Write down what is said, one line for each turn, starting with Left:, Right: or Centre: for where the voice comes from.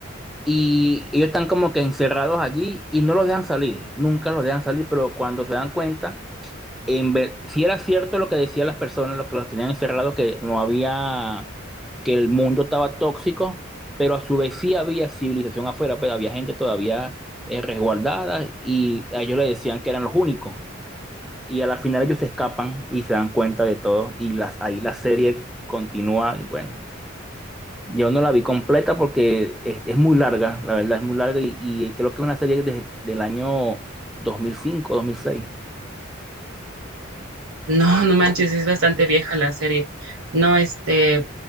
Centre: y ellos están como que encerrados allí y no los dejan salir, nunca los dejan salir, pero cuando se dan cuenta en ver- si era cierto lo que decían las personas, lo que los tenían encerrados, que no había, que el mundo estaba tóxico, pero a su vez sí había civilización afuera, pero había gente todavía eh, resguardada y a ellos le decían que eran los únicos. Y a la final ellos se escapan y se dan cuenta de todo y las, ahí la serie continúa y bueno. Yo no la vi completa porque es, es muy larga, la verdad es muy larga y, y creo que es una serie de- del año dos dos mil cinco, dos mil seis.
Right: No, no manches, es bastante vieja la serie. No, este,